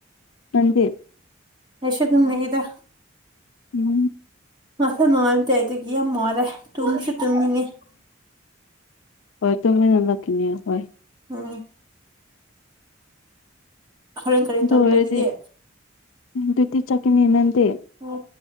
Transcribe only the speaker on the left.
ꯅꯥꯡꯗꯤ
ꯎꯝ
ꯍꯣꯏ ꯇꯃꯤ ꯅꯂ ꯀꯅꯤ ꯍꯣꯏ
ꯑꯗꯪꯑꯣꯏꯔꯗꯤ
ꯗꯨꯇ ꯆꯥꯠꯀꯅꯤ ꯅꯥꯡꯗꯤ